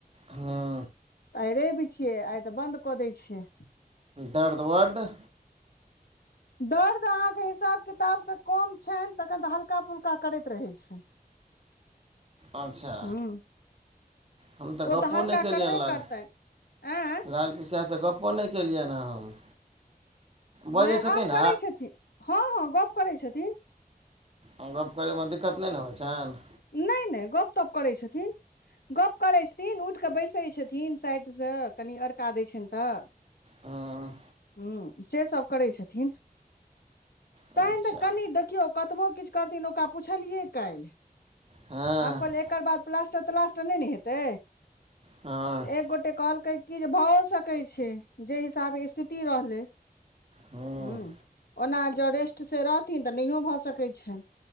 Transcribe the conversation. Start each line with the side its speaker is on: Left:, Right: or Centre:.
Right: हाँ
Left: आइ रैब छियै, आइ तऽ बन्द कऽ दै छै।
Right: दर्द वर्द?
Left: दर्द अहाँक हिसाब किताबसँ कम छैन, तखन तऽ हल्का फुल्का करैत रहैत छै।
Right: अच्छा
Left: हूँ
Right: हम तऽ
Left: ओ
Right: गप्पो
Left: हल्का
Right: नहि केलियनि
Left: करबे
Right: लाल,
Left: करतनि आँय
Right: लाल पिसासँ गप्पो नहि केलियनि हँ हम। बजै
Left: नइ
Right: छथिन
Left: आब करै छथिन। हँ हँ गप करै छथिन।
Right: और गप्प करैमे दिक्कत नहि ने होइ छैन?
Left: नइ नइ गप तप करै छथिन। गप करै छथिन, उठ कऽ बैसैय छथिन। तीन साइड स कनि अड़का दै छीयन तऽ।
Right: हँ हँ
Left: हु से सब करै छथिन।
Right: अच्छा
Left: तैं त कनि देखियो कतबो किछ करथिन, ओकरा पुछलियै काल्हि।
Right: हँ
Left: आब कहलियै एकर बाद प्लास्टर तलास्टर नहि ने हेतै।
Right: हँ
Left: एक गोटे कहलकै कि जे भऽओ सकै छै, जै हिसाबे स्थिति रहलै।
Right: हँ
Left: ह्म, ओना ज रेस्ट से रहथिन तऽ नहियो भऽ सकैत छनि।